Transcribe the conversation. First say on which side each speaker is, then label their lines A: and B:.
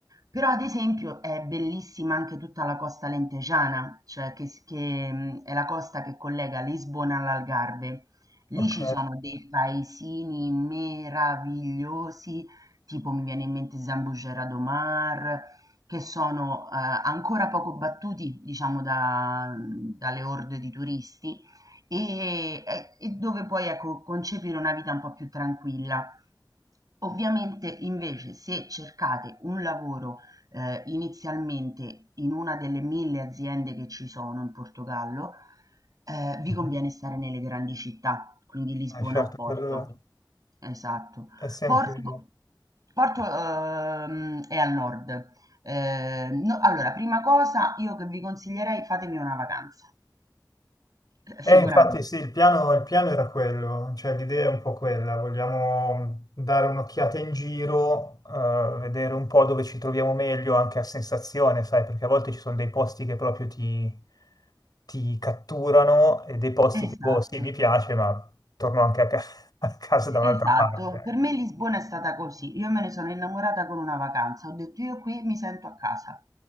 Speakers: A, on the right; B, on the left.
A: Però ad esempio è bellissima anche tutta la costa lentejana, cioè che, s- che, mh, è la costa che collega Lisbona all'Algarve. Lì
B: Ok,
A: ci sono dei paesini meravigliosi, tipo mi viene in mente Zambujeira do Mar, che sono, ehm, ancora poco battuti, diciamo, da mhmm, dalle orde di turisti e e e dove puoi, ecco, concepire una vita un po' più tranquilla. Ovviamente, invece, se cercate un lavoro, ehm, inizialmente in una delle 1000 aziende che ci sono in Portogallo, ehm, vi
B: Mhm.
A: conviene stare nelle grandi città, quindi Lisbona
B: Eh, certo,
A: o Porto.
B: quello
A: Esatto.
B: è sempre...
A: Porto Porto, uhm, è al nord. Ehm, no allora, prima cosa io che vi consiglierei fatemi una vacanza, eh, sicuramente.
B: Eh, infatti sì, il piano, il piano era quello, cioè l'idea è un po' quella, vogliamo dare un'occhiata in giro, eh, vedere un po' dove ci troviamo meglio anche a sensazione, sai, perché a volte ci sono dei posti che proprio ti, ti catturano e dei posti
A: Esatto.
B: che, boh, sì, mi piace, ma torno anche a, ca- <laughs> a casa da un'altra
A: Esatto,
B: parte, ecco.
A: per me Lisbona è stata così. Io me ne sono innamorata con una vacanza, ho detto io qui mi sento a casa,